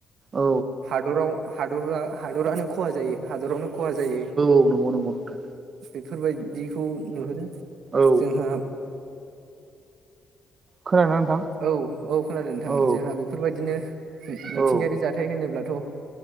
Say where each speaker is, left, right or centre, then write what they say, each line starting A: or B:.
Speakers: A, on the right (about 40°); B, on the right (about 70°).
A: औ
B: हादराव हादरा हादरानो खहा जायो हादरावनो खहा जायो
A: औ नंगौ नंगौ नोंथां
B: बेफोरबायदिखौ नुहुरो
A: औ
B: जोंहा
A: खोनादोंना नोंथां
B: औ औ खोनादों नोंथां
A: औ
B: जोंहा बेफोरबायदिनो मिथिंगायारि
A: औ
B: जाथाय होनोब्लाथ'